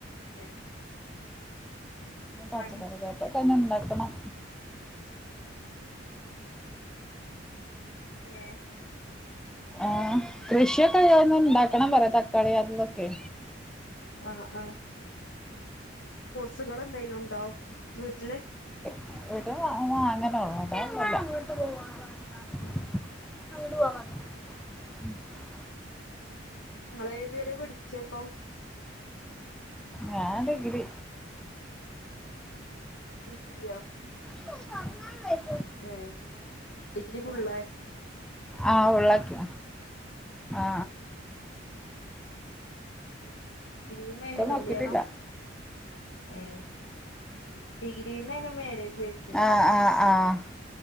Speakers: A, on the left; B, in the centre.
A: <inaudible>
B: പച്ചക്കറി
A: മട്
B: തോട്ടൊക്കെ ഞ്ഞി ണ്ടാക്കണം
A: ഏ
B: ആ കൃഷിയൊക്കെ <unintelligible> ണ്ടാക്കണം പറയാ തക്കാളി അതൂതൊക്കെ
A: ആ അ <unintelligible> സുകളെന്തേലും ണ്ടോ വീട്ടില്
B: <unintelligible> <inaudible>
A: ആഹ്
B: <inaudible>
A: നിങ്ങള് ഏതുവരെ പഠിച്ചപ്പം
B: ഞാൻ ഡിഗ്രി
A: ഡിഗ്രിയോ
B: <inaudible>
A: ഏഹ് ഡിഗ്രി ഫുള്ളാ
B: ആഹ് ഉള്ളക്ക് ആ ആ
A: ഡിഗ്രീന്നേനു കല്യാണം.
B: നോക്കിട്ടില്ല
A: ഏഹ് ഡിഗ്രീന്നേനു മാരേജ് <unintelligible>
B: ആഹ് ആഹ് ആഹ്